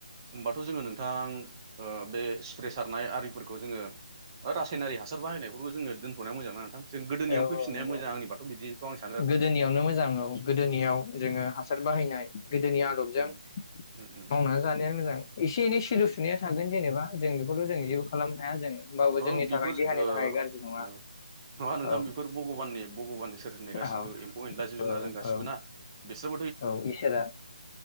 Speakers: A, on the right; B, on the left.
A: होमबाथ' जोङो नोंथां ओ बे सुप्रे सारनाय आरिफोरखौ जोङो रासायनारि हासार बाहायनायफोरखौ जोङो दोनथ'नाया मोजां ना नोंथां जों गोदोनियाव
B: औ
A: फैफिननाया
B: औ नंगौ
A: मोजां आंनिबाथ' बिदिखौ आं सानो आरो
B: गोदोनियावनो
A: नोंथां।
B: मोजां औ गोदोनियाव
A: उम
B: जोङो हासार बाहायनाय गोदोनि आदबजों
A: उम उम उम
B: मावनानै जानायानो मोजां एसे एनै सिलु
A: उम
B: सुनाया थागोन जेनेबा जों बेखौथ'
A: उम
B: जों
A: उम
B: जेबो खालामनो हाया जों होमबाबबो
A: अ
B: जोंनि
A: बेफोर
B: थाखाय देहानि
A: ओ
B: थाखाय गाज्रि नङा
A: ओ नङा नोंथां
B: औ
A: बेफोर भग'बाननि भग'बाननि सोरजिनाय गासिबो
B: औ
A: एम्फौ एनला जिब
B: औ
A: जुनार जों गासिबो
B: औ
A: ना बिसोर
B: औ इसोरा